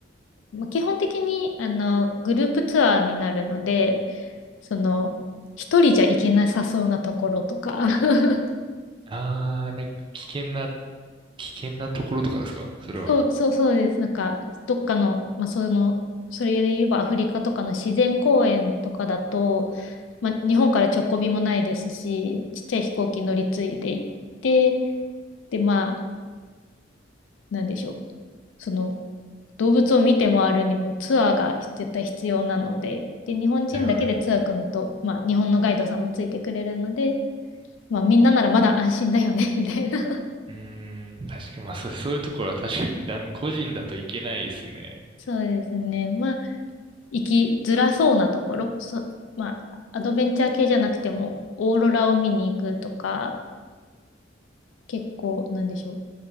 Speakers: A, on the left; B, on the right.
A: まあ基本的にあのグループツアーになるので、その、一人じゃ行けなさそうなところとか。<laughs>
B: ああ、なんか危険な、危険なところとかですかそれは。
A: そうそうそうです。なんか、どっかの、まあ、その、それで言えばアフリカとかの自然公園とかだと、まあ、日本から直行便もないですし、ちっちゃい飛行機乗り継いで行って、で、まあ、なんでしょう。その、動物を見て回るにもツアーが絶対必要なので、で、日本人だけでツアー組むと、
B: はいはい。
A: まあ、日本のガイドさんもついてくれるので、まあ、みんなならまだ安心だよね、<laughs> みたいな。<laughs>
B: うーん、確かに、まあそう、そういうところは確かにだん、個人だといけないですね。
A: そうですね。まあ、生きづらそうなところ、そ、まあ、アドベンチャー系じゃなくても、オーロラを見に行くとか、結構、なんでしょう、